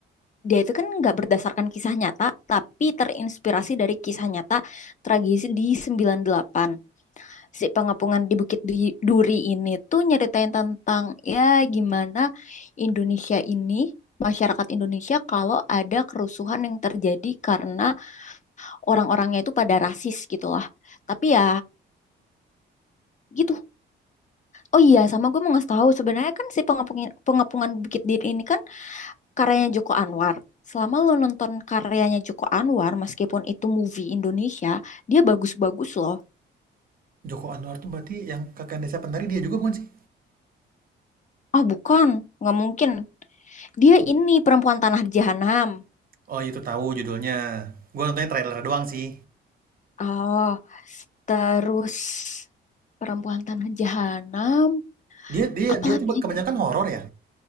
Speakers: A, on the left (about 40°); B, on the right (about 45°).
A: dia itu kan nggak berdasarkan kisah nyata, tapi terinspirasi dari kisah nyata tragedi di 98. si pengapungan di Bukit Du- Duri ini tuh nyeritain tentang ya gimana Indonesia ini masyarakat Indonesia kalau ada kerusuhan yang terjadi karena orang-orangnya itu pada rasis gitu lah. Tapi ya gitu. Oh iya, sama gue mau ngasih tahu sebenarnya kan si pengapungan pengapungan Bukit Duri ini kan karyanya Joko Anwar. Selama lo nonton karyanya Joko Anwar, meskipun itu movie Indonesia, dia bagus-bagus loh.
B: Joko Anwar tuh berarti yang kakak desa penari dia juga bukan sih?
A: Ah bukan, nggak mungkin. Dia ini perempuan tanah jahanam.
B: Oh itu tahu judulnya. Gue nontonnya trailer doang sih.
A: Oh, terus Perempuan Tanah Jahanam,
B: Dia dia
A: apalagi?
B: dia tuh kebanyakan horor ya.